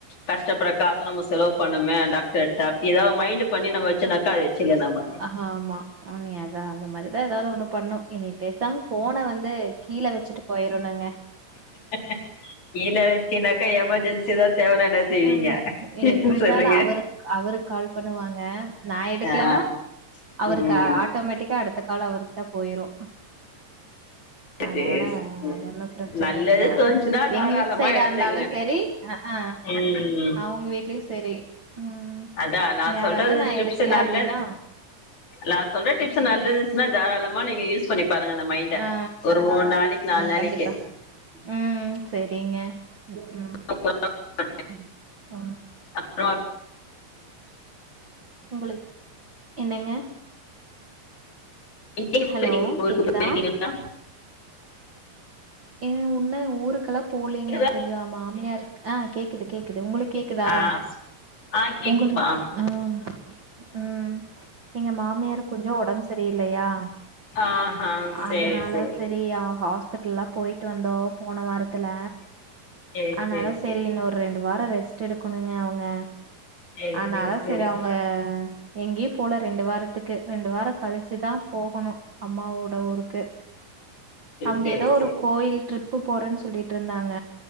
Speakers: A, on the left; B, on the right.
A: கஷ்டப்பற்ற காச நம்ம செலவு பண்ணமே அந்த க டாப் ஏதாவது மைண்ட்டு பண்ணி நம்ம வச்சுனாக்க அது வச்சுல்லா நாம்ப
B: ஆமா நீ அதா அந்த மாரிதா ஏதாவது ஒண்ணு பண்ணு இனி பேசாம ஃபோன வந்து கீழ வச்சுட்டு போயரனுங்க
A: க்ககக கீழ வச்சினாக்கா எமர்ஜன்சி எதா தேவனா என்னா செய்வீங்க
B: ம். எப்டி இருந்தாலும்
A: சொல்லுங்க
B: அவருக்கு அவருக்கு கால் பண்ணுவாங்க நா எடுக்கலன்னா
A: ஆ
B: அவருக்கு
A: ம்
B: ஆட் ஆட்டோமேட்டிக்கா அடுத்த கால் அவருக்கு தா போயிரு அதுனால
A: சேர் சேரி
B: அது ஒன்னு பிரச்சன
A: நல்லது
B: இல்ல
A: தோணுச்சுன்னா தாராளமா
B: எங்க வீட் சைடா
A: எடுத்துக்குங்க
B: இருந்தாலு சரி ஆ
A: ம்
B: அவுங்க வீட்லயு சரி ம்.
A: அதா நா
B: யாராவது
A: சொல்றது
B: நான்
A: டிப்ஸு
B: எடுக்கல
A: நல்லது
B: அப்டின்னா
A: நா சொல்ற
B: ம்
A: டிப்ஸ் நல்லதுனா
B: ம்.
A: தாராளமா நீங்க யூஸ் பண்ணி பாருங்க அந்த மைண்ட
B: ஆ
A: ஒரு மூண் நாளிக்கி நால்
B: ஆ
A: நாளிக்கி
B: கண்டிப்பா. ம் செரிங்க ம்
A: <inaudible>
B: <unintelligible>
A: அப்ரோ <inaudible>
B: உங்களுக் என்னங்க
A: <inaudible>
B: ஹலோ
A: போய்ருக்கிங்ளா
B: கேக்குதா? என் உன்ன ஊருக்லா போலீங்க
A: கேக்குதா
B: கொஞ்சோ மாமியார் ஆ கேக்து கேக்து உங்களுக் கேக்குதா
A: ஆ ஆ கேக்குதுப்பா
B: உங்கள்து ம் ம் எங்க மாமியாருக் கொஞ்சோ உடம் சரியில்லயா
A: ஆஹா சேரி
B: அதனால
A: சேரி
B: சரி ஆ ஹாஸ் ல்லா போயிட்டு வந்தோ போன வாரத்துல
A: ஆ சேரி
B: அனால
A: சேரி
B: சரி இன்னோ ரெண்டு வ்வற ரெஸ்ட் எடுக்கொணுங்க அவங்க
A: சேரி
B: ஆனால
A: சேரி சேரி
B: சரி அவங்க எங்யும் போல ரெண்டு வாரத்துக்கு ரெண்டு வார கழிச்சு தான் போகணு அம்மாவோட ஊருக்கு அவங்க
A: சேரி சேரி
B: ஏதோ
A: சேரி
B: ஒரு கோயில் ட்ரிப் போறேன்னு சொல்லிட்ருந்தாங்க